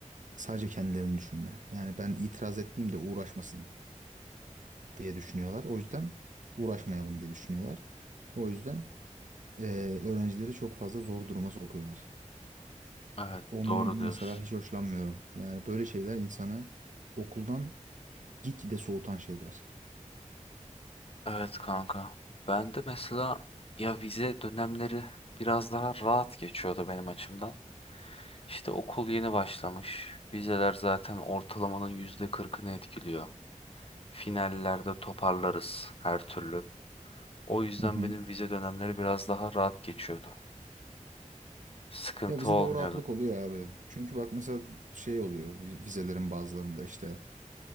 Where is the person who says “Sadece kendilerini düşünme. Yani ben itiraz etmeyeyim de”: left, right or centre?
Right